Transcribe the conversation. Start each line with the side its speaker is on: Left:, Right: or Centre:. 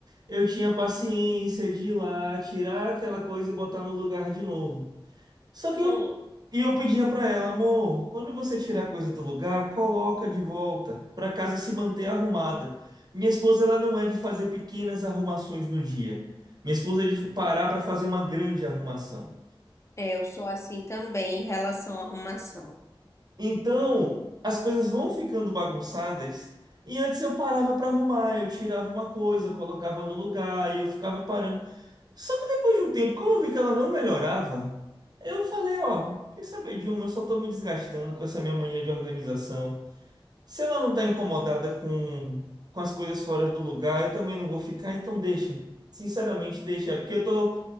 Right: eu tinha paciência de ir lá, tirar aquela coisa e botar no lugar de novo. Só que eu,
Left: Hum,
Right: e eu pedia pra ela, amor, quando você tirar a coisa do lugar, coloca de volta, pra casa se manter arrumada. Minha esposa, ela não é de fazer pequenas arrumações no dia. Minha esposa é de parar pra fazer uma grande arrumação.
Left: é, eu sou assim também em relação à arrumação.
Right: Então, as coisas vão ficando bagunçadas. E antes eu parava para arrumar, eu tirava uma coisa, colocava no lugar e eu ficava parando. Só que depois de um tempo, como eu vi que ela não melhorava, eu falei, ó, quer saber de uma, eu só tô me desgastando com essa minha mania de organização. Se ela não tá incomodada com, com as coisas fora do lugar, eu também não vou ficar, então deixa. Sinceramente, deixa, porque eu tô